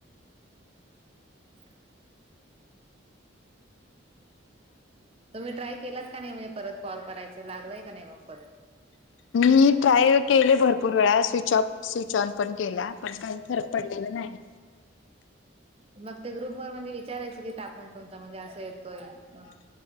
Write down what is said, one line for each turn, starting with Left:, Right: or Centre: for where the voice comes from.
Right: ह तुम्ही ट्राय केलात का नाही म्हणजे परत कॉल करायच लागलाय का नाही मग परत
Left: मी ट्राय केले भरपूर वेळा स्विच ऑफ स्विच ऑन पण केला पण काही फरक पडलेला नाही
Right: मग ते ग्रुप वर म्हणजे विचारायचं की टाकून तुमचां म्हणजे असं येतोय म्हण